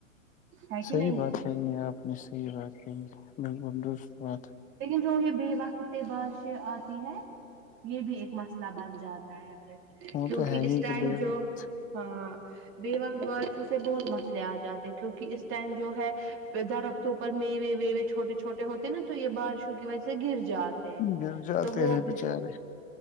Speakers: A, on the right; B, on the left.
A: ہے کہ
B: صحیح
A: نہیں
B: بات کہی ہے آپ نے صحیح بات ج م بندست بات ہے
A: لیکن جو یہ بے وقت بادش آتی ہے یہ بھی ایک مسئلہ بن جاتا ہے
B: وہ
A: کیونکہ
B: تو ہے
A: اس
B: ہی
A: ٹائم
B: کہ بے
A: جو
B: وقت
A: ہاں بیوک برڈ فلو سے بہت مسئلے آ جاتے کیونکہ اس ٹائم جو ہے درختوں پر میوے ویوے چھوٹے چھوٹے ہوتے نا یہ بارشوں کی وجہ سے گر ج جاتے ہیں
B: گر جاتے
A: تو وہ
B: ہیں
A: بھی
B: بےچارے